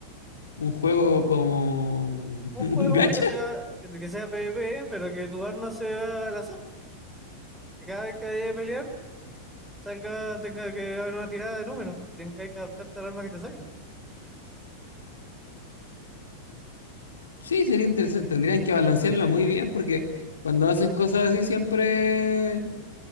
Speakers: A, on the left; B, in the centre.
A: un juego como <laughs>
B: Un
A: un
B: juego
A: gacha,
B: que sea, que, que sea PvP, pero que tu arma sea al azar, que cada vez que haya que pelear, salga, tenga que haber una tirada de números, y tenga que adaptarte al arma que te salga.
A: sí, sería interesante. Tendrían que balancearlo muy bien porque cuando hacen cosas así siempre